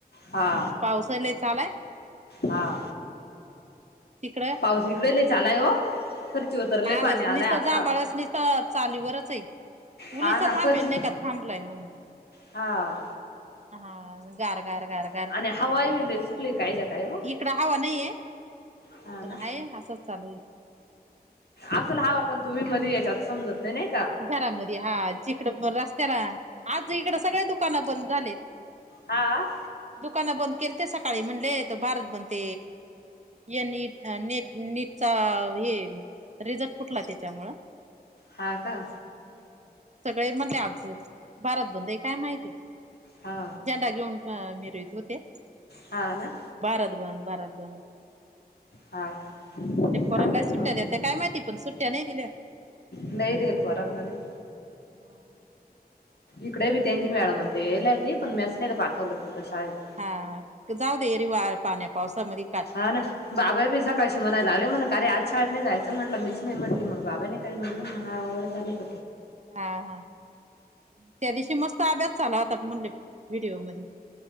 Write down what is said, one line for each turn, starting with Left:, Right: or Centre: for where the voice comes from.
Left: हां
Right: पावसा लय चालाय
Left: हां
Right: तिकडं
Left: पाऊस इकडे लेयंच आलाये हो फरची उतरलय
Right: हां
Left: पाणी
Right: नीसं
Left: आलाय
Right: निसंत
Left: आता
Right: जांभळस निसंत चालूं वरचं आहे
Left: हा
Right: उलिसा
Left: ना
Right: थांबेल
Left: फरची
Right: नाहीं कां थांबलाय म्हणूंन
Left: हा
Right: हां गांर गांर गांर गांर
Left: आणि हवाय बी लय सुटली कायच्या काय ओ
Right: इकडं हवं नाहींये
Left: हा
Right: पणं
Left: ना
Right: आहे असंच चालूं आहे
Left: असलं हवं पणं तुम्हीं मध्यें यांच्यात समजतं नाहीं
Right: घरांमध्ये हां तिकडं रस्त्यांला आंज इकडं सगळें दुकानं बंद झालेत
Left: हां
Right: दुकानं बंद केली ते सकाळीं म्हणले भारत बनते यां नीट नीट नीटचां हे रिझल्ट कुंठला त्यांच्यामुळे
Left: हां कां
Right: हम्मं सगळें मध्यें आंज भारत बंद आहे कायं माहिती
Left: हा
Right: झंडा घेऊंन मिरहंत होते
Left: हां नां
Right: भारत बंद भारत बंद
Left: हा का
Right: त्यां
Left: काय
Right: पोरांला
Left: माहिती
Right: सुट्ट्यां
Left: मग
Right: देतं कायं माहिती पणं सुट्ट्यां नाहीं दिल्यां
Left: नाहीं देेते पोरांना नाहीं
Right: हां
Left: इकडे बी त्यांची मॅडम होते येलंय ते पणं मीच नाहीं पाठवलं पुर्ण शाळेतं
Right: हां जाऊं देरीवार पाण्यांत पावसांमध्ये
Left: हा ना बाबा बी सकाळशी म्हणायला लागले म्हणा काे आंज शाळेतं नाहीं जायचं म्हणटलं मीचं नाहीं म्हटंली मगं बाबां कायं म्हणलंलेप
Right: हां हां त्यां दिवशी मस्तं अभ्यास झालां होतां म्हणले व्हिडिओ मध्यें